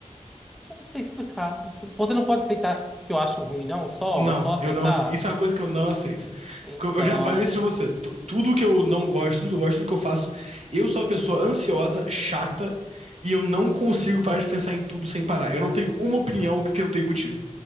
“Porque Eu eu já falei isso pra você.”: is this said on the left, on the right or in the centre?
Right